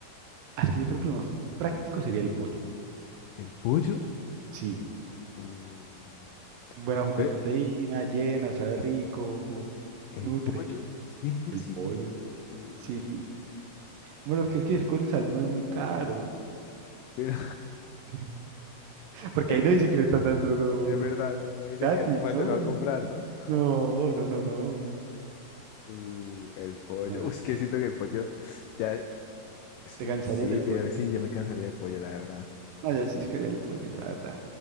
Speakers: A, on the right; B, on the left.
A: es que yo creo que lo más práctico sería el pollo.
B: ¿El pollo?
A: Sí.
B: Uh,
A: Buena fuente
B: ve,
A: de proteína, llena, sabe rico,
B: ¿el
A: nutre.
B: pollo? 100%.
A: El pollo.
B: Uf,
A: Sí.
B: el pollo.
A: Bueno, porque es que es que el salmón es muy caro.
B: Pero
A: <laughs> Porque
B: <laughs>
A: ahí no dice que lo están dando como
B: es verdad, no, no dice
A: gratis,
B: que alguien más
A: ¿no?
B: se lo va a comprar, ¿no?
A: No, no, no, no.
B: Uh, el pollo.
A: No,
B: Uh, es que siento que el pollo ya es
A: Te
B: muy
A: cansarías
B: insípido.
A: del pollo.
B: Sí, yo me cansaría del pollo, la verdad.
A: No, yo sí quería el pollo, la verdad.